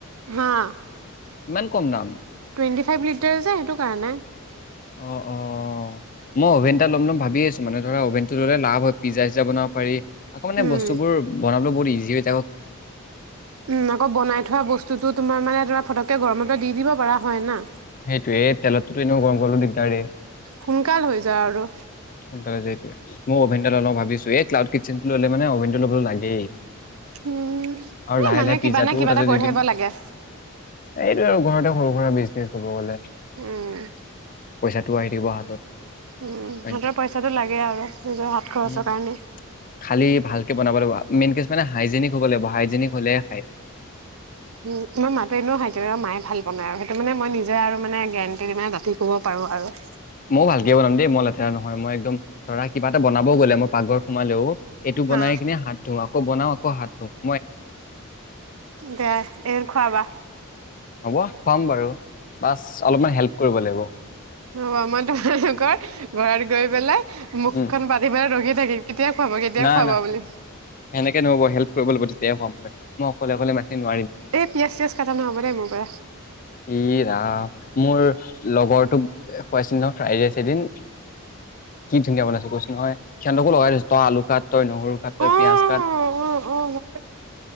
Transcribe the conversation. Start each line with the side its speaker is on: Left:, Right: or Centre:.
Right: হা <inaudible>
Left: ইমান কম দাম
Right: টুৱেন্টি ফাইভ লিটাৰ যে সেইটো কাৰণে
Left: অ অ মই অভেন এটা ল'ম ল'ম ভাবি আছো মানে ধৰা অভেনটো ল'লে লাভ হয় পিজ্জা চিজ্জা বনাব পাৰি আকৌ মানে
Right: উম
Left: বস্তুবোৰ বনাবলৈ বহুত ইজি হৈছে
Right: উম আকৌ বনাই থোৱা বস্তুটো তোমাৰ মানে ধৰা ফটককে গৰম, ত দি দিব পৰা হয় না
Left: সেইটোয়েই তেলতো এনেও গৰম গ'লো দিগদাৰেই
Right: সোনকাল হৈ যা আৰু
Left: সোনকালে যে সেইটোৱে মই অভেনটা লওঁ ভাবছো এই্লাউ কিচেনটো ল' মানে অভেনটো ল'ব লাগেই।
Right: উম
Left: আৰু
Right: এ
Left: লাহে
Right: মানহে
Left: লাহে পিজ্জাটোও
Right: কিবা নে কিবা
Left: তাতে
Right: এটা কৰি
Left: দি দিম
Right: থাকিব লাগে
Left: আৰু ঘৰতে সৰু সুৰা বিজ ক'ব গ'লে
Right: উম
Left: পইচাটো আহি দিব হাতত
Right: উম
Left: হয়
Right: হাতৰ
Left: নে নাই
Right: পইচাটো লাগে আৰু নিজৰ হাত খৰচৰ
Left: উম
Right: কাৰণে
Left: খালি ভালকে বনাব লাগিব মেইন কে মানে হাইজেনিক হ'ব লাগিব হাইজেনিক হলেহে খায়
Right: উম তমাৰ মাতো এনেও হাই মায়ে ভাল বনাই আৰু সেইটো মানে মই নিজে আৰু মানে গেৰেণ্টি দি মানে দাথি ক'ব পাৰো আৰু
Left: ময়ও ভালকে বনাম দেই মই লেতেৰা নহয় মই একদম ধৰা কিবা এটা বনাম মই গ'লে মই পাকঘৰ সোমালেও এইটো বনাই
Right: হা
Left: কিনে হাত ধো আকৌ বনাও আকৌ হাত ধুও
Right: দে এদিন খোৱাবা।
Left: হ'ব খুৱাম বাৰু বাছ অলপমান হেল্প কৰিব লাগিব।
Right: ৰবা মই তোমালোকৰ ঘৰত গৈ পেলাই। মুখখন
Left: উম
Right: পাতি পেলাই ৰখি থাকিম কেতিয়া। খুৱাব কেতিয়া
Left: না
Right: খুৱাব
Left: না
Right: বুলি
Left: সেনেকে নহব হেল্প কৰিব লাগিব তেতিয়াহে খোৱাম পাই মই অকলে অকলে ইমান খিনি নোৱাৰিম
Right: এই পিয়াজ চিয়াজ কাটা নহ'ব দেই মোৰ পৰা।
Left: ইয়ে ৰাম। মোৰ লগৰটোক খুৱাইছিলো নহয় ফ্ৰাইৰাইছ এদিন। কি ধুনীয়া বনাইছো কৈছোঁ নহয় সিহঁতকো লগাই দিছোঁ। আলু কাট তই নহৰু কাট তই
Right: অ
Left: পিয়াজ কাট
Right: অ অ গম